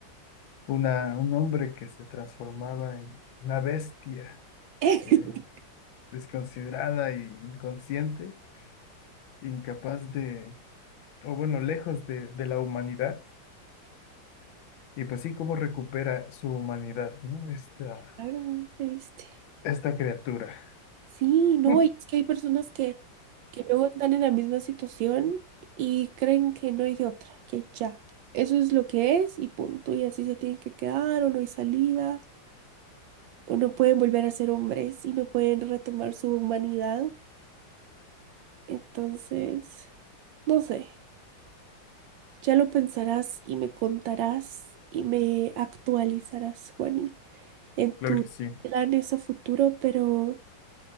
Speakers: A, on the left; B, on the right.
A: una, un hombre que se transformaba en una bestia,
B: <laughs>
A: eh, desconsiderada e inconsciente, incapaz de, o bueno, lejos de, de la humanidad. Y pues sí, cómo recupera su humanidad, ¿no? Esta,
B: claro, ya viste.
A: esta criatura.
B: Sí, no,
A: <laughs>
B: y es que hay personas que, que luego están en la misma situación y creen que no hay de otra, que ya, eso es lo que es y punto, y así se tienen que quedar o no hay salida. O no pueden volver a ser hombres y no pueden retomar su humanidad. Entonces, no sé, ya lo pensarás y me contarás y me actualizarás, Juani, en tus
A: Claro que sí.
B: planes a futuro, pero